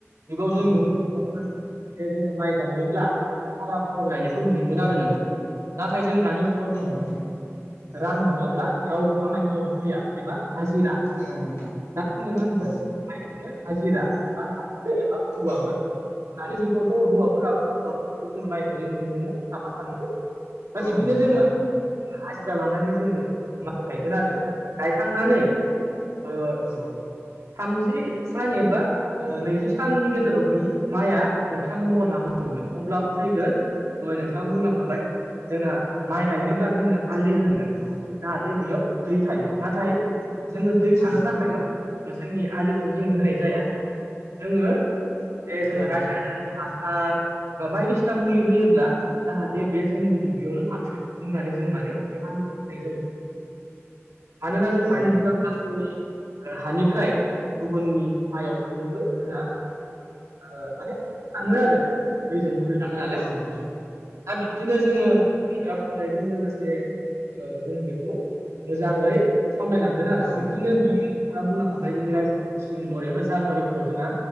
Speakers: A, on the right; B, on the left.
A: जुगाव
B: औ
A: जों
B: नोंथां
A: नुनो <unintelligible> बे जोङो माइ गायनोब्ला फाला बदल गायनायखौ नुयोमोन
B: औ
A: आरो नोंथां नाथाय जों दानि जुगाव नुनो
B: औ नोंथां
A: मोन रां नङाब्ला रावबो खामानि मावनो फैया एबा हाजिरा।
B: औ नोंथां।
A: दा जोंनो नांगोन
B: औ
A: माइ गायनो हाजिरा एबा हौवाफोर
B: औ
A: दानि जुगावथ हौवाफोरा हौवाफोरखौबो जोङो माइ गायनाय नुनो मोनो साफा सानैखौ दा
B: औ
A: बिब्दिनो
B: नोंथां
A: जोङो
B: औ
A: हाजिरा लानानै जोङो माइ गायगोन आरो गायखांनानै ओ
B: औ
A: थामजि सान एबा ओ नैजि साननि गेजेराव बि माइआ गोथां महर लानो हमगोन अब्ला फैगोन। दहाय नोंथाङा बुंलांखाबाय जोंहा माइ गायनोब्ला जोंनो आलि होनगोन
B: अ।
A: जाहाथे बेयाव दै थायो नाथाय जोङो दै
B: औ नोंथां औ
A: थानो थाखायल जोंनि आलिखौ जोङो होनाय जाया जोङो जे जोङो
B: औ
A: रसायनारि
B: औ
A: हासार। बा बायदिसिना मुलि होयोब्ला जाहाथे बे जोंनि दुब्लियावनो थाथो बुंनानै जों माने बे आलिखौ होनाय जायो मानोना
B: नोंथां
A: जों आलि होआ ओ हानिफ्राय गुबुननि माइयाव थांनोबो जोङो ओ माने थाङो आरो दैजों बोहै लाङो नालाय।
B: उम औ नोंथां
A: दा बिब्दिनो जोङो <unintelligible> फुनायजों लोगोसे। ओ जों बेखौ मोजाङै सामलायलांगोन आरो बिब्दिनो
B: औ
A: बियो आं बुंनो हाबाय
B: नोंथां औ
A: इंराजि दिसेम्बरे एबा जानुवारिफोराव जोंहा